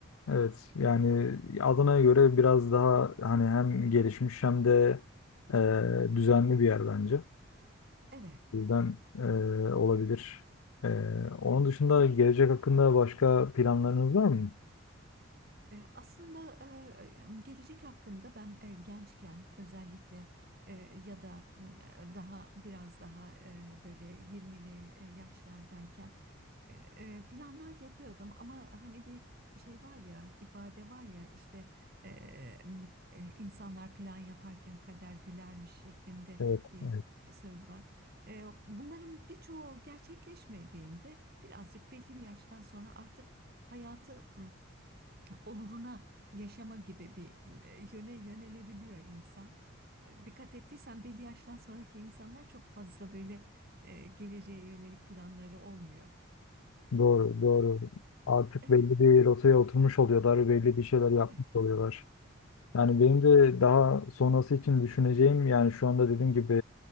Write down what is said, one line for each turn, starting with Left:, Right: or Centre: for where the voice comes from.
Left: Evet yani Adana'ya göre biraz daha hani hem gelişmiş hem de ee, düzenli bir yer bence.
Right: Evet.
Left: O yüzden e, olabilir. E, onun dışında gelecek hakkında başka planlarınız var mı?
Right: E, Aslında e, gelecek hakkında ben e, gençken özellikle e, ya da e, daha biraz daha e, böyle yirmili e, yaşlardayken e, e, planlar yapıyordum ama hani bir şey var ya ifade var ya işte e, e, insanlar plan yaparken kader gülermiş şeklinde
Left: Evet,
Right: bir
Left: evet.
Right: söz var. E, Bunların birçoğu gerçekleşmediğinde birazcık belli bir yaştan sonra artık hayatı oluruna yaşama gibi bir e, yöne yönelebiliyor insan. E, Dikkat ettiysen belli yaştan sonraki insanlar çok fazla böyle e, geleceğe yönelik planları olmuyor.
Left: Doğru, doğru. Artık
Right: Evet,
Left: belli bir rotaya oturmuş oluyorlar, belli bir şeyler yapmış
Right: evet.
Left: oluyorlar. Yani benim de daha sonrası için düşüneceğim yani şu anda dediğim gibi